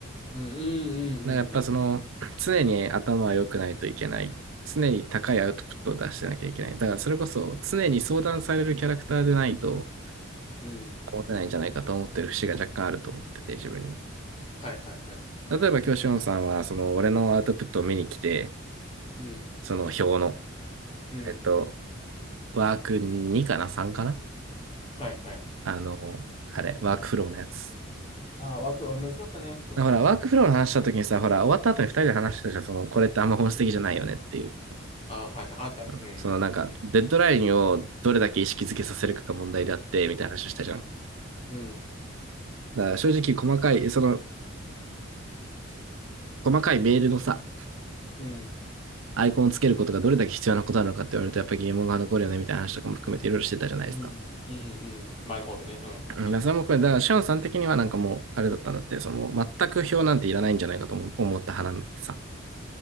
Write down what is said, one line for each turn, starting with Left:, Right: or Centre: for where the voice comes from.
Left: うん。うん。うん。
Right: なんかやっぱその常に頭は良くないといけない。
Left: うん。
Right: 常に高いアウトプットを出してなきゃいけない。だからそれこそ常に相談されるキャラクターでないと
Left: うん
Right: 持てないんじゃないかと思ってる節が若干あると思ってて自分に。
Left: はいはいはい。
Right: 例えば今師ンさんはその俺のアウトプットを見に来て、
Left: うん。
Right: その表の、
Left: うん。
Right: えっと、ワーク2かな ?3 かな
Left: はいはい。
Right: あの、あれ、ワークフローのやつ。
Left: ああ、ワークは難かったね、ちょっと。
Right: ほら、ワークフローの話した時にさ、ほら、終わった後に二人で話してたじゃん、その、これってあんま本質的じゃないよねっていう。
Left: ああ、はいはい。あったね。
Right: うんそのなんか、
Left: うん。
Right: デッドラインをどれだけ意識づけさせるかが問題であって、みたいな話をしたじゃん。
Left: うん。
Right: だから正直、細かい、その、細かいメールのさ、
Left: うん。
Right: アイコンをつけることがどれだけ必要なことなのかって言われると、やっぱり疑問が残るよね、みたいな話とかも含めていろいろしてたじゃないですか。
Left: うん。うん。うん前の方でね。うん。
Right: うん、だからそれもこれ、だから、シオンさん的にはなんかもう、あれだったんだって、その、全く表なんていらないんじゃないかと思思った派なんだってさ。